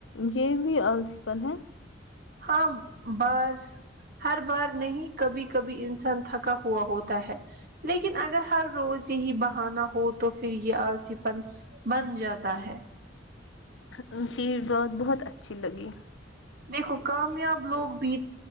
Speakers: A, on the left; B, on the right.
A: یہ بھی آلسی پن ہے
B: ہاں بار ہر بار نہیں کبھی کبھی انسان تھکا ہوا ہوتا ہے لیکن اگر ہر روز یہی بہانا ہو تو پھر یہ آلسی پن بن جاتا ہے
A: ان کییز بات بہت اچھی لگی
B: دیکھو کامیاب لوگ بھی